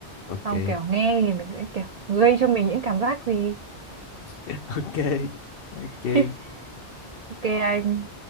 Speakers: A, on the left; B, on the right.
A: ok
B: xong kiểu nghe thì mình sẽ kiểu gây cho mình những cảm giác gì
A: <laughs> ok ok
B: <laughs> ok anh